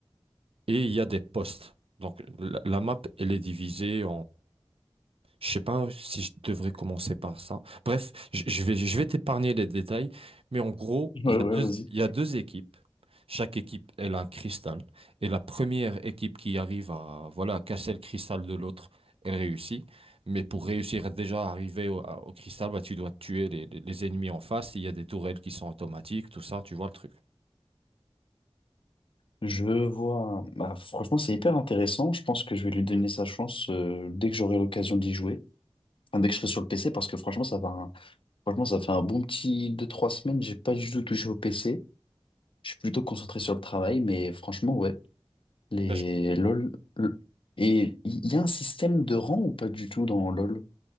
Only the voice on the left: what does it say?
Ouais,
ouais,
vas-y.
Je vois. Bah, franchement, c'est hyper intéressant. Je pense que je vais lui donner sa chance euh, dès que j'aurai l'occasion d'y jouer. Enfin, dès que je serai sur le PC, parce que franchement, ça fait un... franchement, ça fait un bon petit deux trois semaines. J'ai pas du tout touché au PC. Je suis plutôt concentré sur le travail, mais franchement, ouais. Les
LOL. l- Et il y a un système de rang ou pas du tout dans LOL?